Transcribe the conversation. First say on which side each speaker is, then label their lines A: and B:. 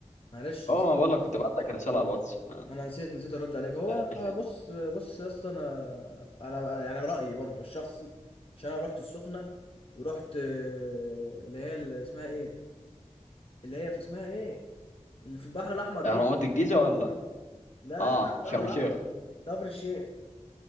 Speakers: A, on the left; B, on the left.
A: معلش
B: اه
A: نسيت
B: ما بقول لك كنت بعت لك رساله على الواتس ما
A: ما انا نسيت نسيت ارد عليك هو
B: تعرفش
A: آه،
B: انت
A: بص بص يا اسطى انا انا يعني رايي برضو الشخصي عشان انا رحت السخنه ورحت آه، اللي هي اللي اسمها ايه اللي هي في اسمها ايه اللي في البحر الاحمر دي
B: اهرامات الجيزه ولا
A: لا
B: اه
A: لا البحر
B: شرم
A: الاحمر
B: الشيخ
A: كفر الشيخ